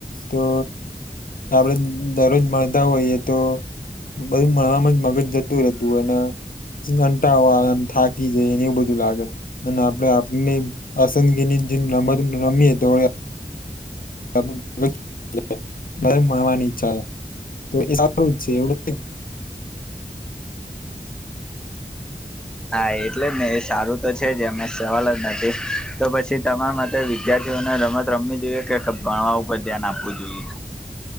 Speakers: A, on the left (about 65°); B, in the centre.
A: તો આપડે દરરોજ મળણતા હોઈયએ તો બધ મણમાં જ મગજ જતું રહેતું એને ઘંટા વાળ થાકી જઈને એવું બધું લાગે અને આપડે આપને અસંદગીની જે રમત રમીએ તોએ <inaudible> <unintelligible>
B: હા એટલે જ ને એ સારું તો છે જે અમે સવાલ જ નથી. તો પછી તમારા માટેતે વિદ્યાર્થીઓને રમત રમવી જોઈએ કે ભણવા ઉપર ધ્યાન આપવું જોઈએ?